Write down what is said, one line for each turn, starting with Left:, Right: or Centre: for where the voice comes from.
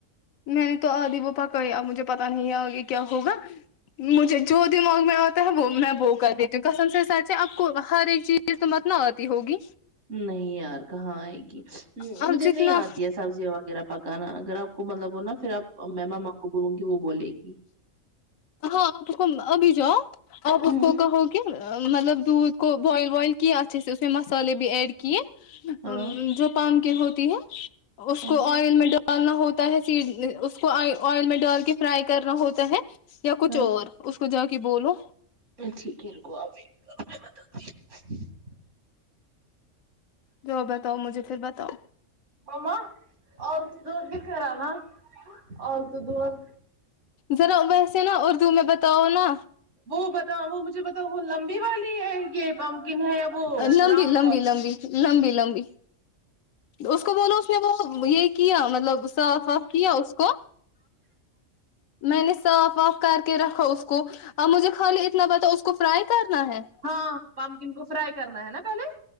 Left: میں نے تو آدھی وہ پکای اب مجھے پتا نہیں آگے کیا ہوگا مجھے جو دماغ میں آتا ہے وہ میں وہ کر دیتی ہوں قسم سے سچ ہے آپ کو ہر ایک چیز اس مت نہ آتی ہوگی
Right: نہیں یار کہاں آئے گی
Left: آپ
Right: مجھے
Left: جتنا
Right: نہیں آتی ہے سبزیاں وغیرہ پکانا اگر آپ کو مطلب وہ نا پھر آپ میں مما کو بولوں وہ بولے گی
Left: ہاں آپ کو ابھی جاؤ آپ اس
Right: ہوں
Left: کو کہو مطلب دودھ کو بوائل وائل کیا اچھا سے اس میں مسالے بھی ایڈ کر کی یہ
Right: ہاں
Left: جو پامکن کی ہوتی ہے اس
Right: ہاں
Left: کو آئل میں ڈالنا ہوتا ہے اس کو آی آئل میں ڈال کے فرائی کرنا ہوتا ہے یا کچھ
Right: ہاں
Left: اور اس کو جا کے بولو
Right: ٹھیک ہے رکو ابھی اب بتاتھی ہوں
Left: جاو بتاؤ مجھے پھر بتاؤ
Right: مما <unintelligible> آول تو دھ کتے رنا آول تو دورھ
Left: ذرا ویسے نا اردو میں بتاؤ نا
Right: وہ بتاؤ وہ مجھے بتاؤ وہ لمبی والی ہے یہ پمکن ہے یا وہ
Left: لمبی
Right: راؤنڈ
Left: لمبی
Right: والی
Left: لمبی لمبی لمبی اس کو بولو اس نے وہ یہ کیا مطلب صاف واف کیا اس کو میں نے صاف واف کر کے رکھا اس کو اب مجھے خالی اتنا بتاؤ اس کو فرائی کرنا ہے
Right: ہاں پامکن کو فرائی کرنا ہے نا پہلے